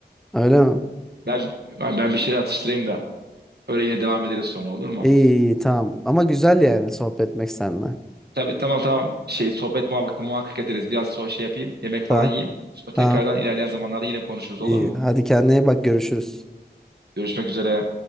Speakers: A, in the centre; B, on the right (about 70°).
A: Öyle mi?
B: Ben, ben ben bir şeyler atıştırayım da öyle yine devam ederiz sonra olur mu?
A: İyi, iyi, tamam. Ama güzel yani sohbet etmek seninle.
B: Tabii tamam tamam. Şey sohbet muhakkak muhakkak ederiz. Biraz sonra şey yapayım. Yemek falan
A: Tamam.
B: yiyeyim. Sonra tekrardan
A: Tamam.
B: ilerleyen zamanlarda yine konuşuruz olur
A: İyi.
B: mu?
A: Hadi kendine iyi bak görüşürüz.
B: Görüşmek üzere.